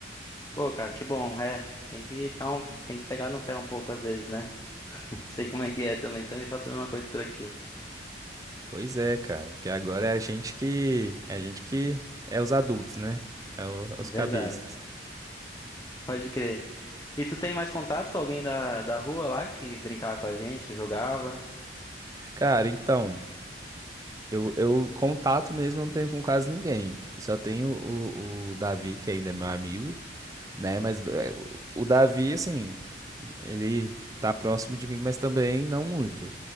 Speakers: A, on the left; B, on the right.
A: Pô, cara, que bom, é. Tem que dar um, tem que pegar no pé um pouco às vezes, né? <laughs> Sei como é que é também, também faço a mesma coisa por aqui.
B: Pois é, cara, que agora é a gente que é a gente que é os adultos, né? É, o- é os cabeças.
A: Verdade, pode crer. E tu tem mais contato com alguém da, da rua lá que brincava com a gente, que jogava?
B: Cara, então, eu, eu contato mesmo eu não tenho com quase ninguém. Eu só tenho o, o Davi, que ainda é meu amigo, né? Mas é, o Davi, assim, ele tá próximo de mim, mas também não muito.